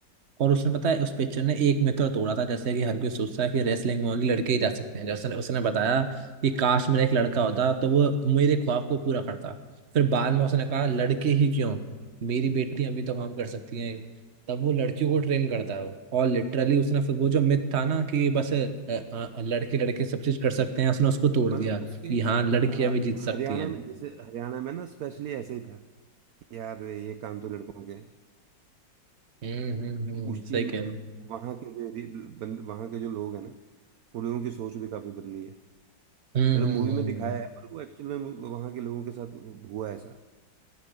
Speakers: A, on the right; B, on the right.
A: और उसने पता है उस पिक्चर ने एक मिथ और तोड़ा था जैसे कि हर कोई सोचता है कि रेसलिंग में ओनली लड़के ही जा सकते हैं जैसे उसने बताया कि काश मेरा एक लड़का
B: हाँ
A: होता तो वो मेरे ख्वाब को पूरा करता फिर बाद में उसने कहा लड़के ही क्यों मेरी बेटी अभी तो काम कर सकती है तब वो लड़कियों को ट्रेन करता है और लिटरली उसने फिर वो जो मिथ था ना कि बस अ, अ, लड़के लड़के सब चीज कर सकते हैं उसने उसको तोड़
B: मतलब
A: दिया कि
B: उसके
A: हाँ लड़कियां
B: हाँ,
A: भी जीत सकती
B: हरियाणा
A: हैं
B: में जैसे हरियाणा में ना स्पेशली ऐसा ही था यार वे ये काम तो लड़कों के हैं।
A: हम्म हम्म हम्म
B: तो उस
A: सही
B: चीज ने
A: कह रहे हो।
B: वहाँ के जो री- बंद वहाँ के जो लोग हैं ना उन लोगों की सोच भी काफी बदली है
A: हम्म
B: मतलब
A: हम्म
B: मूवी
A: हम्म
B: में दिखाया है पर वो एक्चुअल में वहाँ के लोगों के साथ हुआ है ऐसा